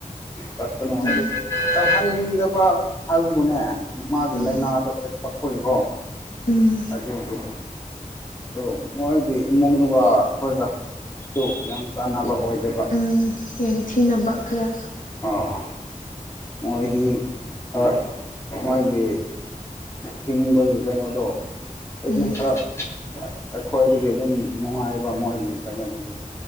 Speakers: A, on the left; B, on the left.
A: ꯆꯠꯀꯅꯨ
B: ꯎꯝ
A: ꯍꯥꯏꯗꯤ ꯆꯠꯍꯟꯅꯤꯡꯗꯕ ꯍꯥꯏꯕꯕꯨꯅꯦ ꯃꯥꯒꯤ
B: ꯎꯝ
A: ꯂꯥꯏꯅꯥꯗꯨꯣ ꯑꯦꯁ ꯄꯛꯄꯏꯕꯣ
B: ꯎꯝ
A: ꯑꯗꯨꯒꯤ ꯑꯗꯨ ꯃꯣꯏꯒꯤ ꯏꯃꯨꯡꯗꯨꯒ ꯑꯩꯈꯣꯏꯒꯁꯨ ꯌꯥꯝ ꯆꯥꯟꯅꯕ ꯑꯣꯏꯗꯕ
B: ꯎꯝ ꯌꯦꯡꯊꯤꯅꯕ ꯈꯔ
A: ꯑ ꯃꯣꯏꯗꯤ ꯈꯔ ꯃꯣꯏꯒꯤ ꯍꯤꯡꯕꯒꯤ ꯀꯩꯅꯣꯗꯣ ꯑꯩꯗꯤ
B: ꯎꯝ
A: ꯈꯔ ꯑꯩꯈꯣꯏꯗꯒꯤ ꯑꯗꯨꯝ ꯅꯨꯡꯉꯥꯏꯕ ꯃꯣꯏꯒꯤ ꯀꯩꯅꯣꯗꯨꯗꯤ